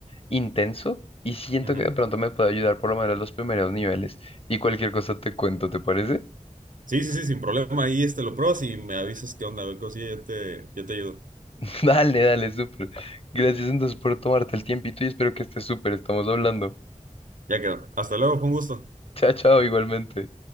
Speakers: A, on the left; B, on the right.
A: intenso y siento
B: Ujú.
A: que de pronto me puede ayudar por lo menos los primeros niveles. Y cualquier cosa te cuento, ¿te parece?
B: Sí, sí, sí, sin problema. Ahí este lo pruebas y me avisas qué onda, a ver, cosilla, yo te, yo te ayudo.
A: <laughs> Dale, dale, súper. Gracias entonces por tomarte el tiempito y espero que estés súper. Estamos hablando.
B: Ya quedó. Hasta luego, fue un gusto.
A: Chao, chao, igualmente.